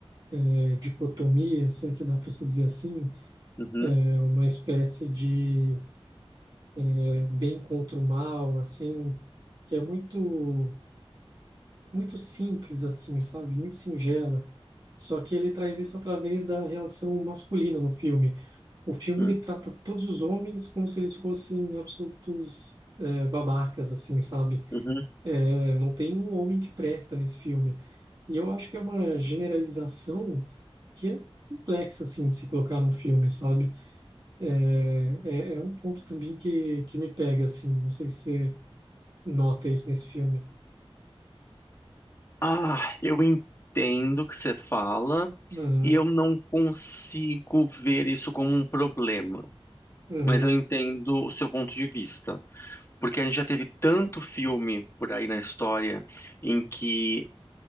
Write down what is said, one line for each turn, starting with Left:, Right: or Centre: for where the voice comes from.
Right: é, dicotomia, se é que dá para se dizer assim,
Left: Uhum,
Right: É uma espécie de é, bem contra o mal, assim, que é muito muito simples assim, sabe? Muito singela. Só que ele traz isso através da relação masculina no filme. O filme
Left: uhum,
Right: ele trata todos os homens como se eles fossem absolutos é, babacas, assim, sabe?
Left: uhum.
Right: É, não tem um homem que presta nesse filme. E eu acho que é uma generalização que é complexa assim de se colocar num filme, sabe? É, é, é um ponto também que, que me pega, assim. Não sei se você nota isso nesse filme.
Left: Ah, eu entendo o que você fala
Right: Uhum,
Left: e eu não consigo ver isso como um problema.
Right: uhum,
Left: Mas eu entendo o seu ponto de vista. Porque a gente já teve tanto filme por aí na história em que